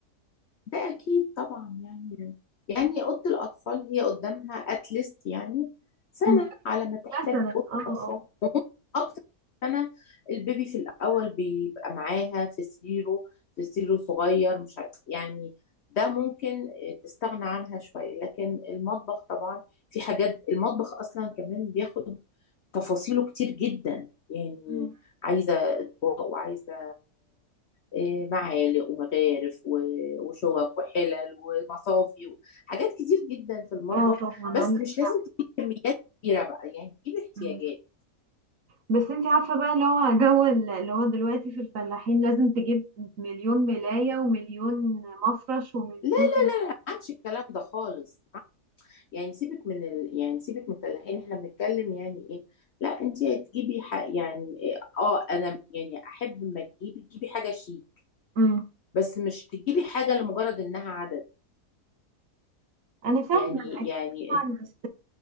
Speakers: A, on the left; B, on the right.
A: ده أكيد طبعا يعني يعني أوضة الأطفال هي قدامها أتليست يعني سنة
B: مم.
A: على ما تحتاج
B: مثلا
A: أوضة
B: اه
A: أطفال
B: اه
A: وممكن أكتر من سنة البيبي في الأول بيبقى معاها في سريره في سريره صغير مش عارف يعني ده ممكن آه، تستغنى عنها شوية لكن المطبخ طبعا في حاجات المطبخ أصلا كمان بياخد تفاصيله كتير جدا يعني
B: مم.
A: عايزة أطباق وعايزة إيه، معالق ومغارف و- وشوك وحلل ومصافي حاجات كتير جدا في المطبخ
B: اه طبعا
A: بس
B: عندك
A: مش
B: حق
A: لازم تجيب كميات كبيرة بقى يعني تجيب احتياجات
B: مم. بس انت عارفة بقى اللي هو جو ال- اللي هو دلوقتي في الفلاحين لازم تجيب مليون ملاية ومليون مفرش ومليون
A: لا ما عادش الكلام ده خالص يعني سيبك من ال... يعني سيبك من الفلاحين احنا بنتكلم يعني ايه لا انت تجيبي ح... يعني إيه، اه انا يعني احب لما تجيبي تجيبي حاجة شيك
B: مم.
A: بس مش تجيبي حاجة لمجرد انها عدد
B: انا فاهمة
A: يعني
B: اكيد
A: يعني
B: طبعا بس